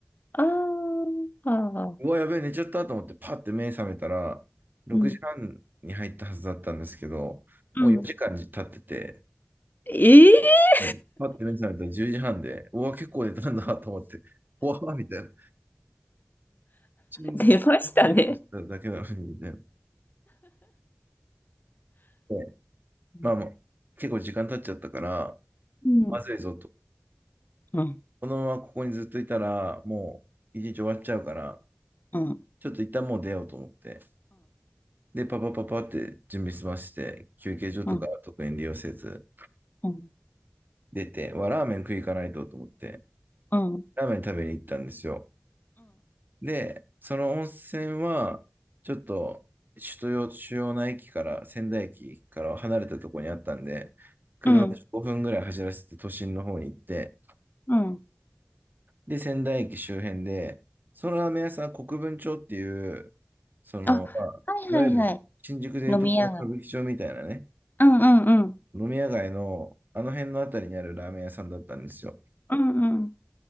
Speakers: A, on the left; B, on the right.
A: あーあー。
B: うわ、やべえ、寝ちゃったと思ってパッて目覚めたら、6時半に入ったはずだったんですけど、
A: うん。うん。
B: もう4時間経ってて、
A: ええ
B: はい、パッて目覚めたら10時半で、うわ、結構寝たんだと思って、うわ、みたいな。一瞬目としただけなのに、
A: ー <laughs> 出ましたね。
B: みたいな。で
A: うん。
B: まあまあ、結構時間経っちゃったから、
A: うん。
B: まずいぞと。
A: うん。
B: このままここにずっといたら、もう一日終わっちゃうから、
A: うん。
B: ちょっと一旦もう出ようと思って、で、パパパパって準備済まして、休憩所とか特に利用せず、
A: うん。うん。うん。
B: 出て、わ、ラーメン食い行かないとと思って、
A: うん。
B: ラーメン食べに行ったんですよ。で、その温泉は、ちょっと、首都主要な駅から、仙台駅から離れたところにあったんで、車で5分ぐらい走らせて都心の方に行って、
A: うん。うん
B: で、仙台駅周辺で、そのラーメン屋さん、国分町っていう、その、
A: あ、
B: まあ、
A: はいはいはい。
B: いわゆる新宿でいうとこの歌舞伎町みたいなね、
A: 飲み屋街。うんうんうん。
B: 飲み屋街のあの辺のあたりにあるラーメン屋さんだったんですよ。
A: うんうん